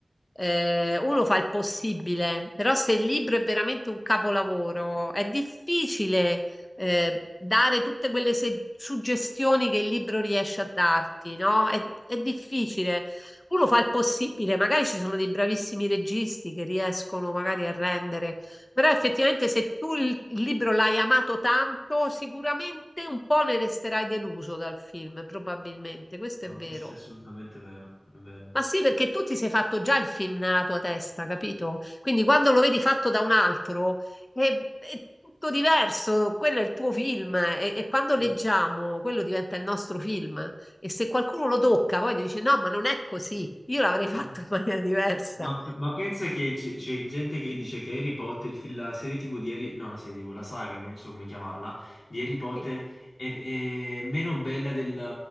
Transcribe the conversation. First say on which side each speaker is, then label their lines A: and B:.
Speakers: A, on the left (about 35°); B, on the left (about 70°).
A: Eh, uno fa il possibile, però se il libro è veramente un capolavoro, è difficile eh, dare tutte quelle se- suggestioni che il libro riesce a darti, no? È, è difficile. Uno fa il possibile, magari ci sono dei bravissimi registi che riescono magari a rendere Però effettivamente se tu il, il libro l'hai amato tanto, sicuramente un po' ne resterai deluso dal film, probabilmente, questo
B: No,
A: è vero.
B: questo è assolutamente vero, è vero.
A: Ma sì, perché tu ti sei fatto già il film nella tua testa, capito? Quindi quando lo vedi fatto da un altro è, è tutto diverso, quello è il tuo film e, e quando leggiamo
B: Sì.
A: quello diventa il nostro film e se qualcuno lo tocca poi ti dice no, ma non è così, io l'avrei <laughs> fatto
B: No.
A: in maniera diversa.
B: Ma, ma pensa che c'è c'è gente che dice che Harry Potter, il film- la serie TV di Harry, no, la serie TV, la saga, non so come chiamarla, di Harry Potter
A: Sì,
B: è, è meno bella del,